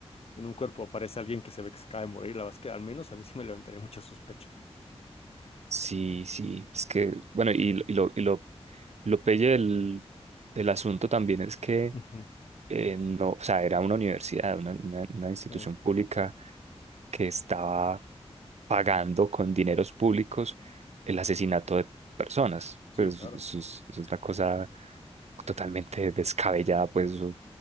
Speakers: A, on the left; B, on the right.
A: en un cuerpo aparece alguien que se ve que se acaba de morir, la verdad es que al menos a mí sí me levantaría mucha sospecha.
B: sí, sí, es que, bueno, y, lo- y lo, y lo Lo pelle del, del asunto también es que
A: Ujú,
B: eh, no, o sea, era una universidad, una, una- una institución
A: ya.
B: pública que estaba pagando con dineros públicos el asesinato de personas.
A: Sí,
B: Pues
A: claro.
B: eso es, eso es una cosa totalmente descabellada, pues eso,